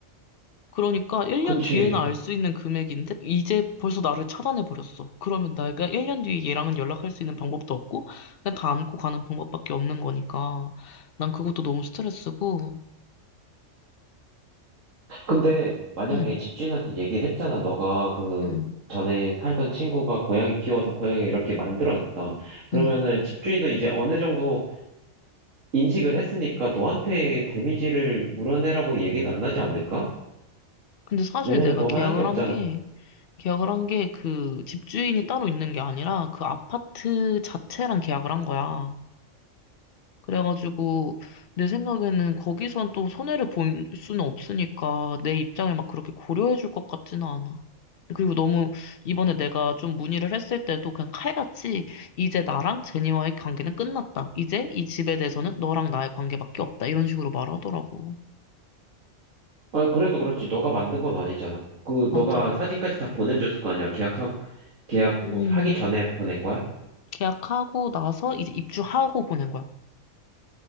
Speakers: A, on the left (about 55°); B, on the right (about 80°).
A: 그러니까 1년
B: 그치.
A: 뒤에는 알 수 있는 금액인데 이제 벌써 나를 차단해버렸어. 그러면 내가 1년 뒤에 얘랑은 연락할 수 있는 방법도 없고 그냥 다 안고 가는 방법밖에 없는 거니까 난 그것도 너무 스트레스고.
B: 근데 만약에
A: 응,
B: 집주인한테 얘기를 했잖아. 너가 그
A: 응,
B: 전에 살던 친구가 고양이 키워서 고양이를 이렇게 만들어놨다. 그러면은
A: 응.
B: 집주인도 이제 어느 정도 인식을 했으니까 너한테 데미지를 물어내라고 얘기는 안 하지 않을까?
A: 근데 사실
B: 왜냐면
A: 내가
B: 너가
A: 계약을
B: 한 게 없잖아.
A: 한 게, 계약을 한 게 그 집주인이 따로 있는 게 아니라 그 아파트 자체랑 계약을 한 거야. 그래가지고 내 생각에는 거기선 또 손해를 볼 수는 없으니까 내 입장을 막 그렇게 고려해 줄 것 같지는 않아. 그리고 너무 이번에 내가 좀 문의를 했을 때도 그냥 칼같이 이제 나랑 제니와의 관계는 끝났다. 이제 이 집에 대해서는 너랑 나의 관계밖에 없다. 이런 식으로 말하더라고.
B: 아니, 그래도 그렇지. 너가 만든 건 아니잖아. 그
A: 맞아.
B: 너가 사진까지 다 보내줬을 거 아니야. 계약 계약 뭐
A: 음,
B: 하기 전에 보낸 거야?
A: 계약하고 나서 이제 입주하고 보낸 거야.